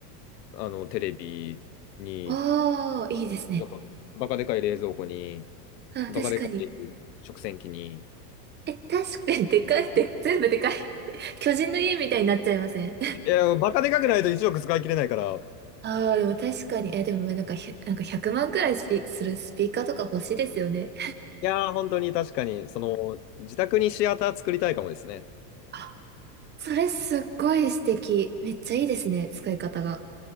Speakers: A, on the left (about 80°); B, on the right (about 20°).
A: あの、テレビに、
B: ああー、いいですね。
A: バカバカでかい冷蔵庫に、
B: あ、
A: バカでかい
B: 確かに。
A: 食洗機に。
B: え、確かに、でかいって、<laughs> 全部でかい。<laughs> 巨人の家みたいになっちゃいません
A: いや、バカでかくないと1億使い切れないから、
B: <laughs> ああ、でも確かに。え、でもなんかひゃ、なんか100万くまんくらいスピ、するスピーカーとか欲しいですよね。
A: いやー、本当に確かに、その、自宅にシアター作りたいかもですね。
B: <laughs> それすっごい素敵。めっちゃいいですね、使い方が。